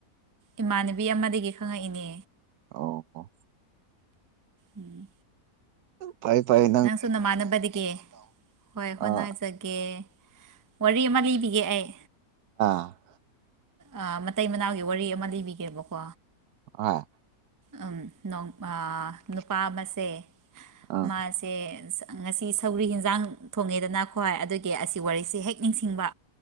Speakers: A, on the right; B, on the right.
A: ꯏꯃꯥꯟꯅꯕꯤ ꯑꯃꯥꯗꯒꯤ ꯈꯪꯉꯛꯏꯅꯦ
B: ꯑꯣ ꯑꯣ
A: ꯎꯝ
B: ꯄꯥꯏ ꯄꯥꯏ
A: ꯅꯪꯁꯨ ꯅꯃꯥꯟꯅꯕꯗꯒꯤ ꯍꯣꯏ ꯍꯣꯠꯅꯖꯒꯦ
B: ꯑꯥ
A: ꯋꯥꯔꯤ ꯑꯃ ꯂꯤꯕꯤꯒꯦ ꯑꯩ
B: ꯍꯥ
A: ꯑꯥ ꯃꯇꯩ ꯃꯅꯥꯎꯒꯤ ꯋꯥꯔꯤ ꯑꯃꯥ ꯂꯤꯕꯤꯒꯦꯕꯀꯣ
B: ꯑꯥ
A: ꯎꯝ ꯅꯣꯡ ꯑꯥ ꯅꯨꯄꯥ ꯑꯃꯥꯁꯦ
B: ꯑꯥ
A: ꯃꯥ ꯁꯦ ꯉꯁꯤ ꯁꯧꯒ꯭ꯔꯤ ꯍꯦꯟꯖꯥꯡ ꯊꯣꯡꯉꯦꯗꯅ ꯑꯈꯣꯏ ꯑꯗꯨꯒꯤ ꯑꯁꯤ ꯋꯥꯔꯤꯁꯦ ꯍꯦꯛ ꯅꯤꯡꯁꯤꯡꯕ